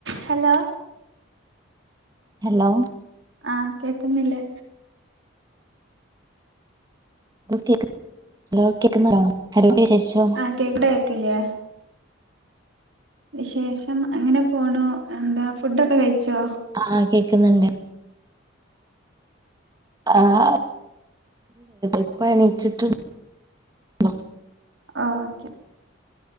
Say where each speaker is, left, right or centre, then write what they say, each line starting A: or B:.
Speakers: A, on the right; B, on the right.
A: ഹലോ
B: ഹലോ
A: ആ കേക്കുന്നില്ലേ
B: കേക്ക് ഹലോ കേക്കുന്നുണ്ടോ ഹലോ വിശേഷം
A: ആ കേക്ക് അവിടെ കേക്കില്ലേ വിശേഷം അങ്ങനെ പോണു. എന്താ ഫുഡൊക്കെ കഴിച്ചോ
B: ആഹ് കേക്കുന്നുണ്ട് ആ അ ഇപ്പ എണീച്ചിട്ട് പ്പോ
A: ഓക്കെ